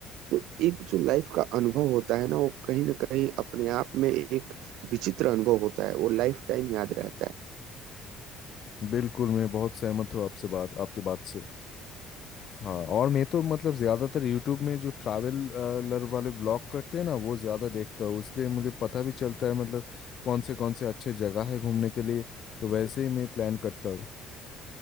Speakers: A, on the right; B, on the left.
A: तो एक जो लाइफ का अनुभव होता है ना वो कहीं ना कहीं अपने आप में एक विचित्र अनुभव होता है वो लाइफ टाइम याद रहता है
B: बिल्कुल मैं बहुत सहमत हूँ आपसे बात आपके बात से हाँ और मैं तो मतलब ज़्यादातर यूट्यूब में जो ट्रैवलर वाले ब्लॉग करते हैं ना वो ज़्यादा देखता हूँ इसलिए मुझे पता भी चलता है मतलब कौन से कौन से अच्छे जगह है घूमने के लिए तो वैसे ही मैं प्लान करता हूँ